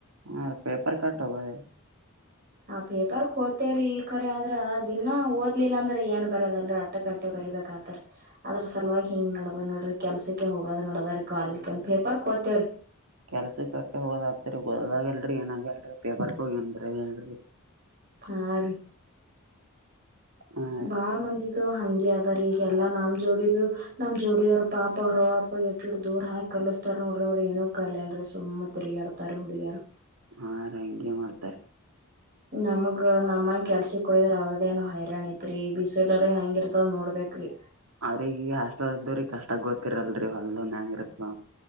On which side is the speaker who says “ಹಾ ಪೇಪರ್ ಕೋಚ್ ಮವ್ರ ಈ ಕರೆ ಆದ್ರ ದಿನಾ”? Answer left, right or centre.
Right